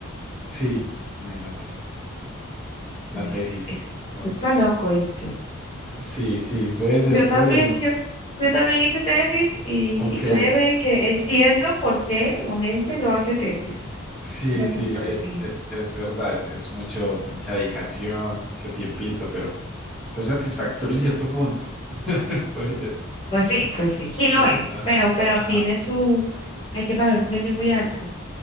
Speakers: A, in the centre; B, on the left (about 25°).
A: Sí, imagínate. Una
B: A veces,
A: tesis.
B: eh,
A: Bueno.
B: eso es para loco, ¿viste?
A: Sí, sí, puede ser,
B: Yo también,
A: puede ser. Ima-
B: yo, yo también hice tesis y,
A: Ok,
B: y créeme que entiendo por qué la gente no hace tesis.
A: sí,
B: Lo
A: sí,
B: comprendí.
A: es, es, es verdad, es, es mucho, mucha dedicación, mucho tiempito, pero, pero satisfactorio en cierto punto. <laughs> Puede ser,
B: Pues sí, pues sí, sí lo
A: sí.
B: es,
A: ah,
B: pero, pero
A: Ajá.
B: tiene su, hay que pagar un precio muy alto.